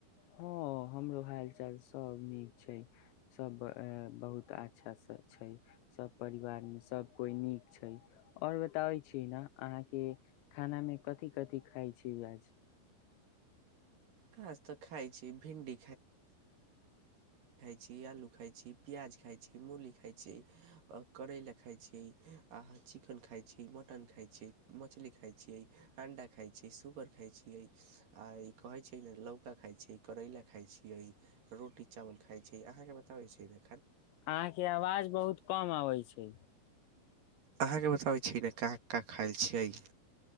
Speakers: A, on the left; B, on the right.
A: हँ हमरो हाल- चाल सब नीक छैय, सब बहुत अच्छाँ छैय, सभ परिवार मे सब कोइ नीक छैय, आओर बताबै छय न, अहाँके खाना मे कथि -कथि खाइ छी आज।
B: आज तऽ खाइ छी भिंडी छियालु खााय छी, पीयाज खाइ छी, मूली खाइ छी। करैला खाइत छियई, आहाँ चिकन खाइत छियई, मटन खाइत छियई, मछली खाइत छियई, अंडा खाइत छियई, सुगर खाइत छियई, आ ई कहैत छैय लौका खाइ छैय, करैला खााय छियै, रोटी -चावल खाइ छैय, अहाँ के बताबै छैय न।
A: अहाँके आवाज बहुत कम आबै छैय।
B: अहाँके बताबै छी, न काँ, काँ खायल छियै।